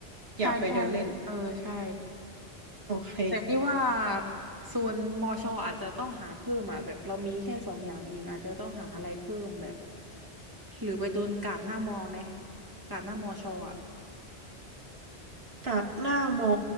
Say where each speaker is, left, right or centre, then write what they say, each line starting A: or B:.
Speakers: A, on the right (about 20°); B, on the right (about 65°).
A: ใช่ใช่เออใช่
B: อยากไปเดินเล่นโอเค
A: แต่นี่ว่าส่วนมอชออาจจะต้องหาเพิ่มอ่ะแบบเรามีแค่สองอย่างเองอาจจะต้องหาอะไรเพิ่มแบบหรือไปโดนกาดหน้ามอไหมกาดหน้ามอชออ่ะ
B: ตัดหน้ามอ